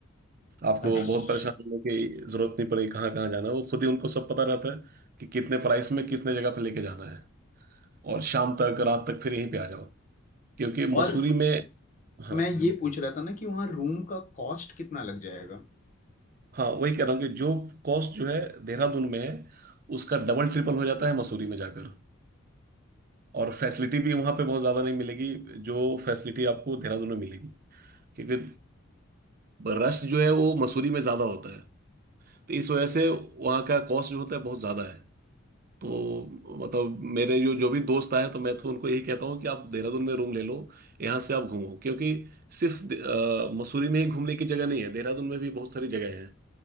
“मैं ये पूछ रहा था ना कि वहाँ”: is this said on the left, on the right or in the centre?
Left